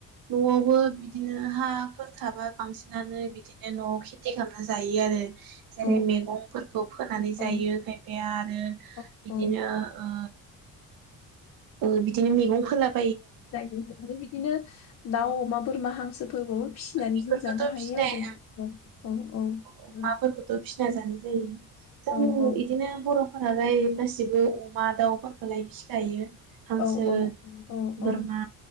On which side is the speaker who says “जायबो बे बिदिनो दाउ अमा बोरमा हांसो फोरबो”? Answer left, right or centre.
Left